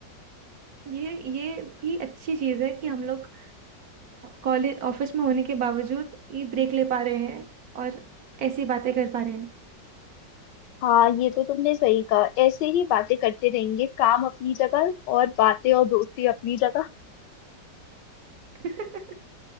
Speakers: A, on the right; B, on the left.
A: ये ये भी अच्छी चीज है कि हम लोग कॉलेज ऑफिस में होने के बावजूद ये ब्रेक ले पा रहे हैं और ऐसी बातें कर पा रहे हैं
B: हाँ ये तो तुमने सही कहा ऐसे ही बातें करते रहेंगे काम अपनी जगह और बातें और दोस्ती अपनी जगह
A: <laughs>